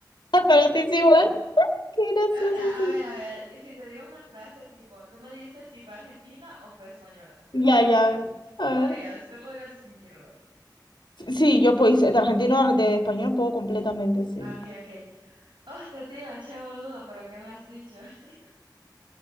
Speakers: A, on the left; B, on the right.
A: ah, para ti es igual. Qué gracioso
B: sea,
A: eso.
B: a ver, a ver, si te digo una frase tipo, tú me dices si fue argentina o fue española, ¿te
A: Ya,
B: parece?
A: ya, a ver.
B: Tú
A: A ver.
B: podrías, tú podrías distinguirlo.
A: Sí, yo pues, de argentino a de español puedo completamente, sí.
B: Ah, ok, ok. Hostia, tío, che boludo, pero ¿qué me has dicho? <laughs>